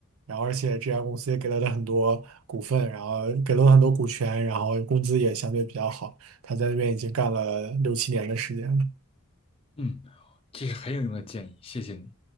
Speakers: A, on the right; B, on the left.
A: 然后而且这家公司也给了他很多股份，然后给了他很多股权，然后工资也相对比较好。他在那边已经干了六七年的时间了。
B: 嗯，这是很有用的建议，谢谢你。